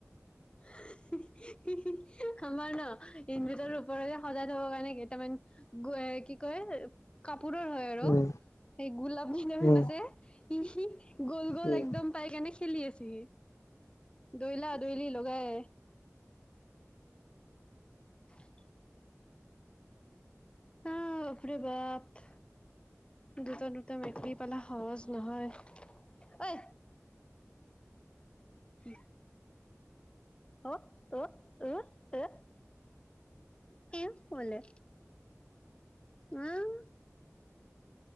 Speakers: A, on the left (about 20°); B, on the left (about 65°).
A: হি-হি-হি-হি আমাৰ ন? ইনভেটৰৰ ওপৰৰে সজাই থবৰ কি কয় কাপু কাপোৰৰ হয় আৰু
B: উম,
A: সেই গোলাপ কেইপামান
B: উম,
A: আছে ই সি গল-গল
B: উম,
A: একদম পাই কিনে খেলি আছে সি। দৈলা-দৈলি লগাই <inaudible> হয় বাহ পৰে বাপ দুটা-দুটা মেক্ৰি পালা সহজ নহয়। ঐ <inaudible> উ-উ-উ-উ কি বলে। উম